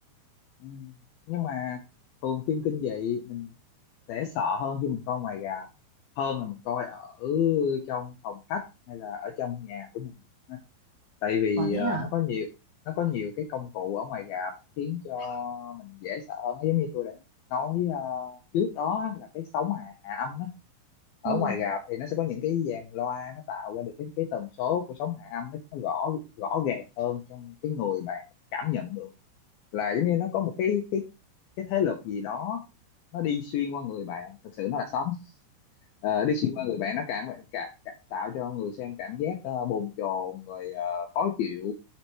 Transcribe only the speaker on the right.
có thế
hả?
Ừ.